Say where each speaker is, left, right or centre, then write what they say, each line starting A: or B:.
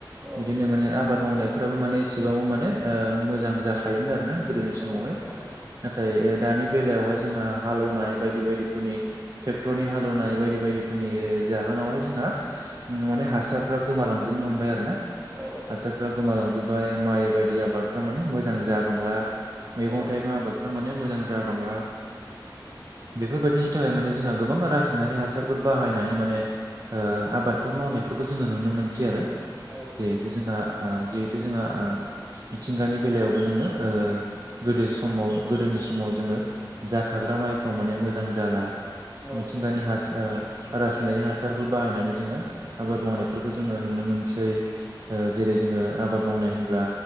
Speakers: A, on the right (about 20°); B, on the right (about 50°).
A: औ
B: बिदिनो माने आबाद मावनायफ्राबो माने इसेबांबो माने मोजां जाखायोमोन आरो ना गोदोनि समावहाय
A: औ औ
B: नाथाय दानि बेलायावहाय जोंहा हालौवनाय बायदि बायदिफोरनि ट्रेक्टरनि हालौवनाय बायदि बायदि फोरनि जाहोनावहाय जोंहा माने हासारफ्रा गोमालांजोबनो हमबाय आरो ना
A: औ
B: हासारफ्रा गोमालांजोबबाय माइ बायदि आबादफ माने मोजां जाबांला मैगं
A: औ
B: थाइगं आबाद थ माने मोजां जाबांला बेफोरबायदिनि थाखाय माने जोंहा गोबां रासायनारि हासारफोर बाहायनानै माने ओ आबादफोर मावनायफोरखौ जोङो नुनो मोनसै आरो
A: औ
B: जे जोंहा जिहेथु जोंहा मिथिंगानि बेलायावबो जोङो गोदो समाव गोदोनि समाव जोङो जाखाग्रा माइफ्राव माने मोजां जाला
A: औ
B: मिथिंगानि हास रासायनारि हासारफोर बाहायनानै जोङो आबाद मावनायफोरखौ जोङो नुनो मोनसै जेरै जोङो आबाद मावनाय होनब्ला